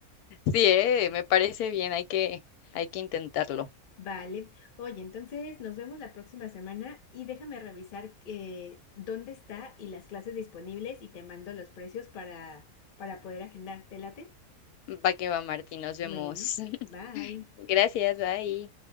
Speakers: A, on the left; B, on the left.
A: Sí, eh, me parece bien, hay que, hay que intentarlo.
B: Vale. Oye, entonces nos vemos la próxima semana y déjame revisar eh, dónde está y las clases disponibles y te mando los precios para, para poder agendar. ¿Te late?
A: Va que va, Martín, nos
B: Bueno,
A: vemos. <laughs>
B: bye.
A: Gracias, bye.